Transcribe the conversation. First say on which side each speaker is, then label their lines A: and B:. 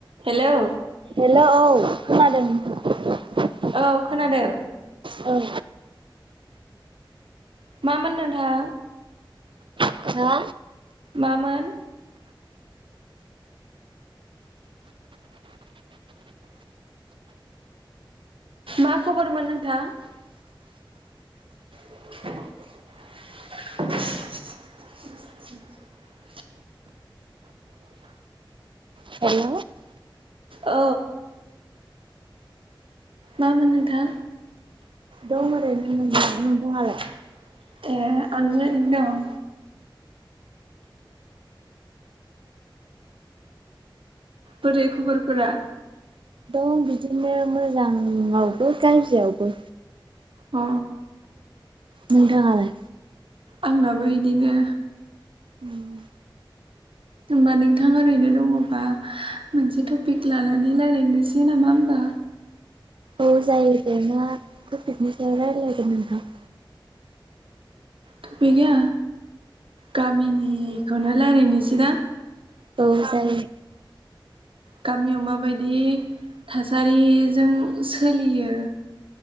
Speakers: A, on the right; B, on the right.
A: Hello
B: hello औ खोनादों नोंथां।
A: औ खोनादो।
B: औ
A: मामोन नोंथा
B: हो?
A: मामोन? मा खबरमोन नोंथां? <inaudible>
B: हेल'
A: औ मामोन नोंथां
B: दं
A: <unintelligible>
B: ओरैनो नोंथां नोंथाङालाय?
A: ए आंबो ओरैनो दं। बोरै खबरफोरा?
B: दं बिदिनो मोजाङावबो गाज्रियावबो।
A: अ
B: नोंथाङालाय?
A: आंनाबो इदिनो
B: उम
A: होमबा नोंथां ओरैनो दङबा मोनसे टपिक लानानै रायज्लायनोसै नामा होमबा?
B: औ जायो दे मा टपिकनि सायाव रायज्लायगोन नोंंथां?
A: थपिका गामिनिखौनो रायज्लायनोसै दां
B: औ जायो
A: गामियाव माबायदि थासारिजों सोलियो